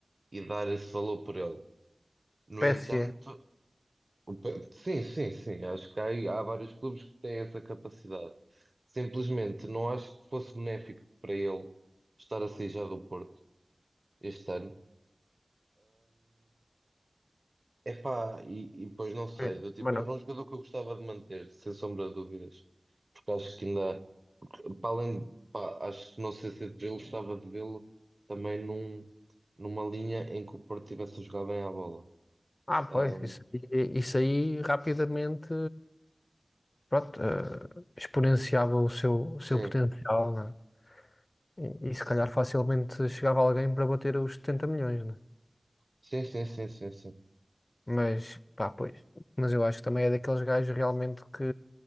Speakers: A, on the right; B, on the left.
A: e dar esse valor por ele. No
B: PSG.
A: entanto, o Pe- sim, sim, sim, acho que há, aí- há vários clubes que têm essa capacidade. Simplesmente não acho que fosse benéfico para ele estar a sair já do Porto este ano. Epá, e, e pois não sei,
B: Sim,
A: do tipo,
B: mas
A: era
B: não.
A: um jogador que eu gostava de manter, sem sombra de dúvidas, porque acho que ainda, para além de, pá, acho que não sei se eu gostava de vê-lo também num, numa linha em que o Porto tivesse a jogar bem à bola.
B: Ah, pois,
A: Ahm,
B: isso aí, isso aí rapidamente pronto, eh, exponenciava o seu, o seu
A: sim,
B: potencial, né? E, e se calhar facilmente chegava alguém para bater os 70 milhões, né?
A: sim, sim, sim, sim, sim,
B: Mas, pá, pois. Mas eu acho que também é daqueles gajos realmente que,